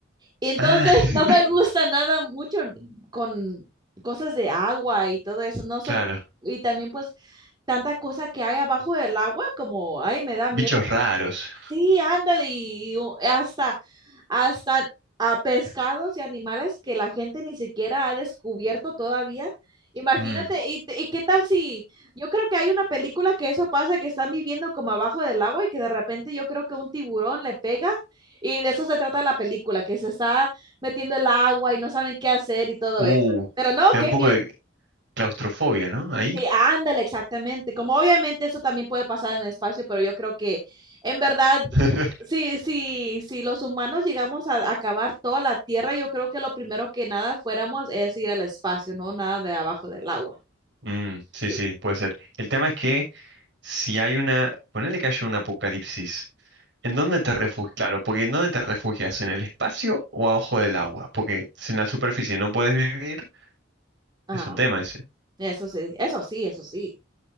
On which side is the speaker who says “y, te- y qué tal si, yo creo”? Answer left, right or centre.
Right